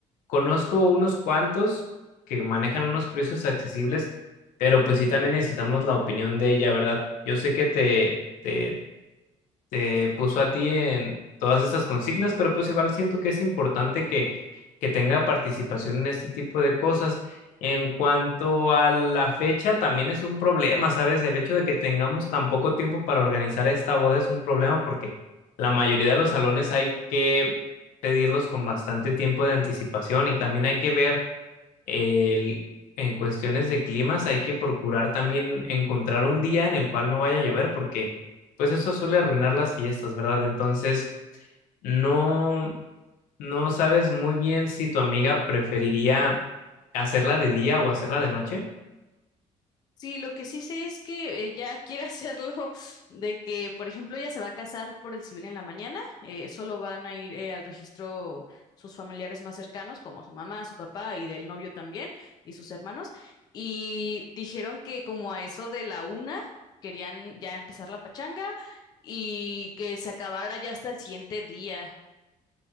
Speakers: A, on the left; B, on the left.
A: conozco unos cuantos que manejan unos precios accesibles, pero pues sí también necesitamos la opinión de ella, ¿verdad? Yo sé que te... te te puso a ti en todas estas consignas, pero pues igual siento que es importante que, que tenga participación en este tipo de cosas. En cuanto a la fecha, también es un problema, ¿sabes? El hecho de que tengamos tan poco tiempo para organizar esta boda es un problema porque la mayoría de los salones hay que pedirlos con bastante tiempo de anticipación y también hay que ver el- en cuestiones de climas hay que procurar también encontrar un día en el cual no vaya a llover porque pues eso suele arruinar las fiestas, ¿verdad? Entonces, no, no sabes muy bien si tu amiga preferiría hacerla de día o hacerla de noche.
B: Sí, lo que sí sé es que ella quiere <laughs> hacerlo de que, por ejemplo, ella se va a casar por el civil en la mañana, eh, solo van a ir eh, al registro sus familiares más cercanos, como su mamá, su papá y del novio también, y sus hermanos, y dijeron que como a eso de la una querían ya empezar la pachanga y que se acabara ya hasta el siguiente día.